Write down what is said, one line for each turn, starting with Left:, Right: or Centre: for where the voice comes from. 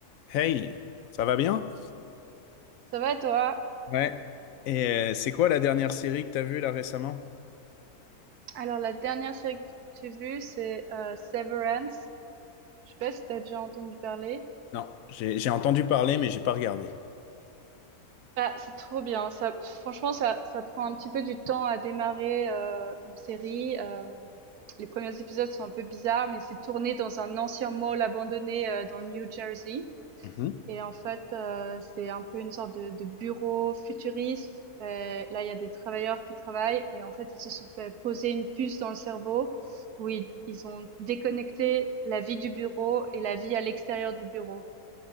Left: Hey, ça va bien?
Right: Ça va et toi?
Left: Ouais. Et euh, c'est quoi la dernière série que t'as vue là récemment?
Right: Alors, la dernière série que j'ai vue, c'est euh, Severance. Je sais pas si t'as déjà entendu parler.
Left: Non, j'ai j'ai entendu parler mais j'ai pas regardé.
Right: Bah, c'est trop bien. Ça, franchement, ça, ça prend un petit peu du temps à démarrer euh, comme série. Euh, les premiers épisodes sont un peu bizarres, mais c'est tourné dans un ancien mall abandonné euh, dans le New Jersey.
Left: Mhm.
Right: Et en fait, heu, c'est un peu une sorte de de bureau futuriste et là, il y a des travailleurs qui travaillent et en fait, ils se sont fait poser une puce dans le cerveau où ils ils ont déconnecté la vie du bureau et la vie à l'extérieur du bureau.